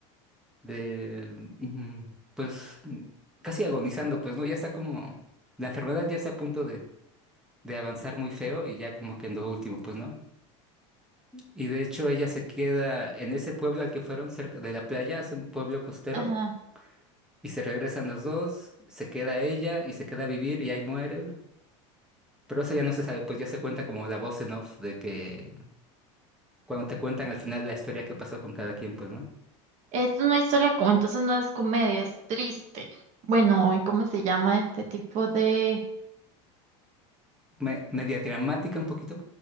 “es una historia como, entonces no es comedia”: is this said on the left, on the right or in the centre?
Right